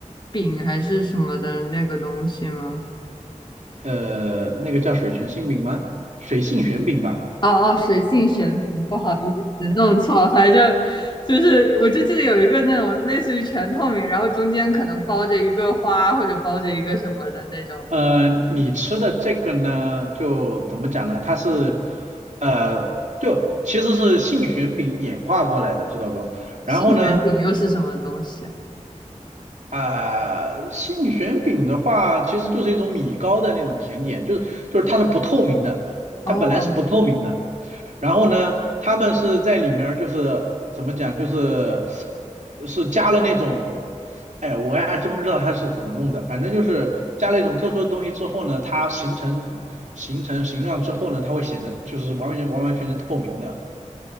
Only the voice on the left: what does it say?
饼还是什么的那个东西吗？
哦哦，水性旋饼，不好意思，弄错了。反正就是，我就记得有一个那种类似于全透明，然后中间可能包着一个花或者包着一个什么的那种。
杏旋饼又是什么东西？
哦